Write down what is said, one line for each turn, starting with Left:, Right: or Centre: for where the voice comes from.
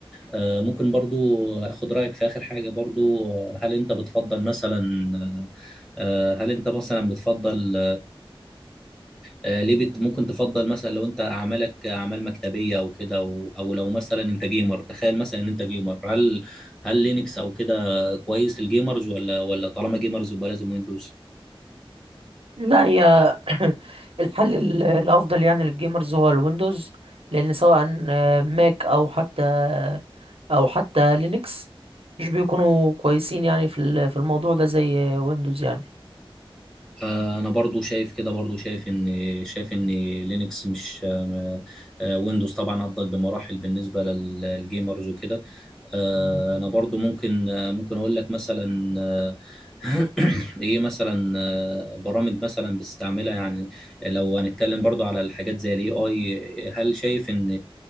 Centre: آه، ممكن برضو أخد رأيك في آخر حاجة برضو آه، هل أنت بتفضل مثلا آه، آه، هل أنت مثلا بتفضل آه، ليه بت ممكن تفضل مثلا لو أنت أعمالك أعمال مكتبية أو كده أو أو لو مثلا أنت جيمر تخيل مثلا إن أنت جيمر هل هل لينكس أو كده كويس الجيمرز ولا ولا طالما جيمرز يبقى لازم ويندوز
Right: لا هي <coughs> الحل ال- الافضل يعني للجيمرز هو الويندوز لان سواء آه، ماك او حتى او حتى لينكس مش بيكونوا كويسين يعني في ال- في الموضوع ده زي ويندوز يعني
Centre: آه، انا برضو شايف كده برضو شايف ان شايف ان لينكس مش آه، آه، ويندوز طبعا افضل بمراحل بالنسبه لل- للجيمرز وكده آه، انا برضو ممكن آه، ممكن اقول لك مثلا آه، <clears throat> ايه مثلا آه، برامج مثلا بتستعملها يعني لو هنتكلم برضو على الحاجات زي الاي اي هل شايف ان